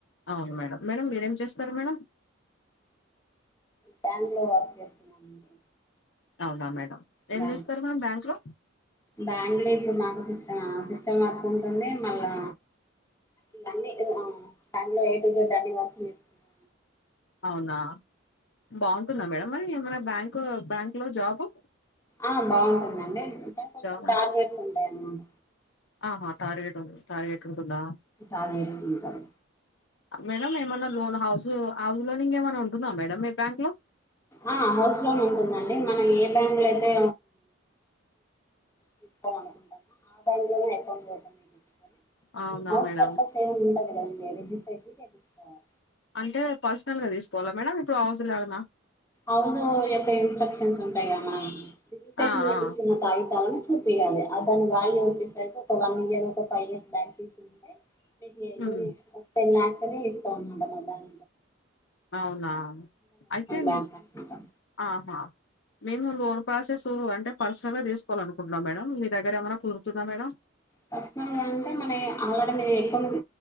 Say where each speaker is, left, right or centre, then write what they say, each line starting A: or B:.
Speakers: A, on the left (about 60°); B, on the left (about 15°).
A: అవును మేడం. మేడం మీరేం చేస్తారు మేడం
B: బ్యాంకులో వర్క్ చేస్తానండి
A: అవునా మేడం ఏం
B: బ
A: చేస్తారు మేడం బ్యాంక్ లో
B: బంగ్ లో ఇప్పుడు మాకు సిస్ సిస్టమ్ వర్క్ ఉంటుంది మళ్ళా ఇగా అని దాంట్లో కొంచం థర్టీ ఫస్ట్ చేసుకుంటా
A: అవునా బాగుంటుందా మేడం మరి ఏమైనా బ్యాంకు బ్యాంక్ లో జాబు
B: ఆ బాగుంటుందండి
A: మంచి
B: టార్లెట్స్ ఉంటాయి అన్నమాట
A: ఆహా టార్గెట్ ఉంది టార్గట్ ఉంది ఉంటుందా
B: టార్గెట్స్ ఉంటాయి
A: మేడం ఏమన్నా లోన్ హౌస్ ఆవధలోనింకేమైన్నా ఉంటుందా మేడమ్ మీ బ్యాంక్ లో
B: ఆ హౌస్ లోన్ ఉంటుందండి మనం ఏ బ్యాంక్ లో అయితే చూసుకోవాలనుకుంటాను ఆ బ్యాంక్ లోనే అకౌంట్ ఓపెన్ చేయాలనీ
A: అవునా
B: మనం హౌస్
A: మేడం
B: పర్పస్ ఏముండదు కదండీ రిజిస్ట్రేషన్ చేపించుకోవాలి
A: అంటే పర్సనల్గా తీసుకోవాలా మేడమ్ ఇప్పుడు హౌస్ లేగనా
B: హౌజ యొక్క ఇన్స్ట్రక్షన్స్ ఉంటాయి కద మనం రిజిస్ట్రేషన్
A: ఆ
B: చేపించుకున్న
A: ఆ
B: కాయితాలను చేపియాలే అతను బాల్యం వచ్చేసరికి ఒక వన్ ఇయర్ ఒక ఫైవ్ ఇయర్స్ బ్యాక్ తీసుకుంటే మీ డెలివరీ
A: ఉమ్
B: అంత ఒ టెన్ ల్యాక్స్ అన్న చేసుకోవాలన్నమాట మా బ్యాక్
A: అవునా ఐతే
B: బ్యాంక్ అనుకుంటా
A: ఆహా మేము లోన్ ప్రాసెస్ అంటే పర్సనల్ గా తీసుకోవాలి అనుకుంటున్నాం మేడం మీ దగ్గర ఏమైనా కుదురుతుందా మేడం
B: పర్సనల్ గా అంటే మానై ఆల్రెడీ మీ అకౌంట్